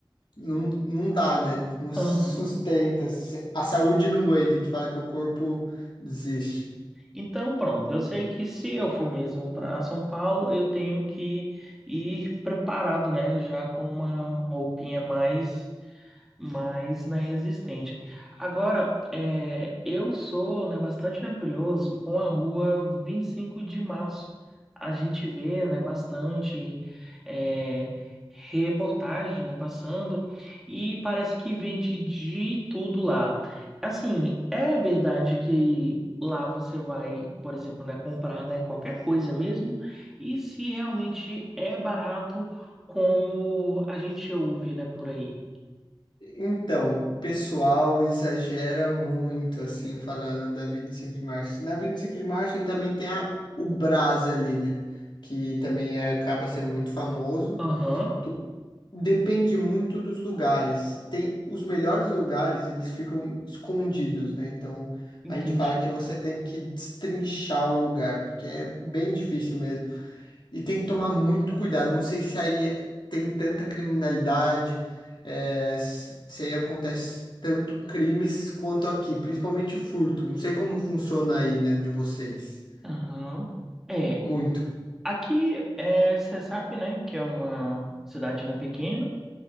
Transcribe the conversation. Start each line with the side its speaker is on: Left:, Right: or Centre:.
Left: não, não dá, né? Não sustenta,
Centre: Aham.
Left: se- a saúde não aguenta, a gente fala que o corpo desiste.
Centre: Então, pronto, eu sei que se eu for mesmo para São Paulo, eu tenho que ir preparado, né? Já com uma roupinha mais mas na resistente. Agora, é, eu sou, né, bastante, né, curioso com a rua 25 de março. A gente vê, né, bastante é, reportagem, né, passando e parece que vende de tudo lá. Assim, é verdade que lá você vai, por exemplo, né, comprar, né, qualquer coisa mesmo e se realmente é barato como a gente ouve, né, por aí.
Left: Então, o pessoal exagera muito, assim, falando da 25 de março. Na 25 de março a gente também tem a, o Brás ali, né? Que também é- acaba sendo muito famoso.
Centre: Aham.
Left: Tudo depende muito dos lugares. Tem os melhores lugares, eles ficam escondidos, né? Então
Centre: Entendi.
Left: a gente fala que você tem que destrinchar o lugar, porque é bem difícil mesmo. E tem que tomar muito cuidado. Não sei se aí é- tem tanta criminalidade, é, se se aí acontece tanto crimes quanto aqui, principalmente furto. Não sei como funciona aí, né, de vocês.
Centre: Aham. É,
Left: Muito.
Centre: aqui é, você sabe, né, que é uma cidade né, pequena,